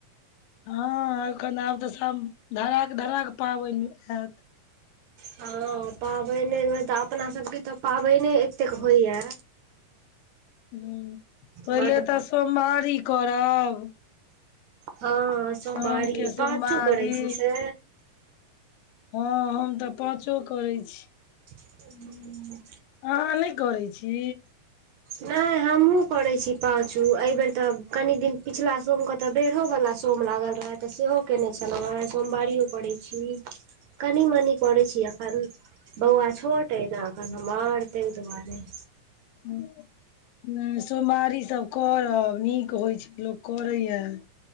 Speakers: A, on the left (about 85°); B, on the right (about 75°).
A: हां एखन आब तऽ सब धराक-धराक पाबैन ऐत
B: हां पाबैने मे तऽ अपना सबके तै पाबैने एतेक होय यै
A: हुं पहिले
B: बड
A: तै सोमबारी करब
B: हां सोमबारी
A: साउन के सोमवारी
B: पाचो करय छी से
A: हां हम तै पाँचो करय छी।
B: हूं।
A: अहाँ नै करय छी?
B: नै हम्हु करय छी पाचु एबेर तै आब कनि दिन पिछला सोम के तै बेढ़ो बला सोम लागल रहे तऽ सेहो केने छलौ ए सोमवारियो करय छी। कनी-मनी करय छी एखन बौआ छोट ऐ नै एखन हमर तै दुआरे
A: उ नै सोमबारी सब करब नीक होय छै, लोक करय यै।